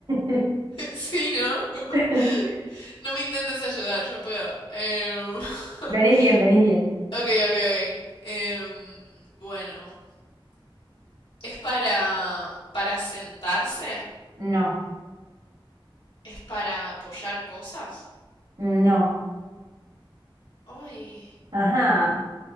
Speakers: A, on the right; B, on the left.
A: sí.
B: <laughs> sí, ¿no? <laughs>
A: <laughs>
B: No me intentes ayudar, yo puedo. Em,
A: Venís
B: <laughs>
A: bien, venís bien.
B: ok, ok, ok. Em, bueno, ¿es para, para sentarse?
A: No,
B: ¿Es para apoyar cosas?
A: no.
B: Uy,
A: Ajá.